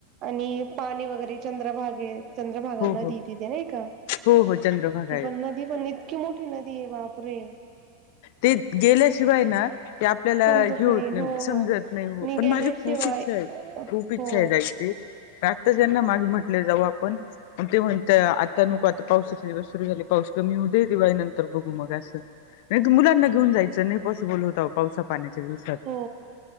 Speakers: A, on the right; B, on the left.
A: आणि पाणी वगैरे, चंद्रभागेत. चंद्रभागा
B: हो
A: नदी
B: हो
A: ए तिथे नई का?
B: हो हो, चंद्रभागा
A: ती
B: आहे.
A: पण नदी पण इतकी मोठी नदी ए, बापरे!
B: ते
A: हम्म.
B: गेल्याशिवाय ना ते आपल्याला
A: समजत
B: हे होत
A: नाही
B: नाई,
A: हो
B: समजत
A: हो
B: नाई. हो
A: मी
B: पण
A: गेल्याशिवाय
B: माझी खूप इच्छा आहे, खूप इच्छा
A: हो
B: आहे जायची मी आताच यांना मागे म्हंणले जाऊ आपण, ते म्हणले आता नको, पावसाचे दिवस सुरू झाले पाऊस कमी हो दे दिवाळी नंतर बघू मग असं. नाही मुलांना घेऊन जायचं नाही पॉसिबल होता पावसा पाण्याच्या दिवसात.?
A: हो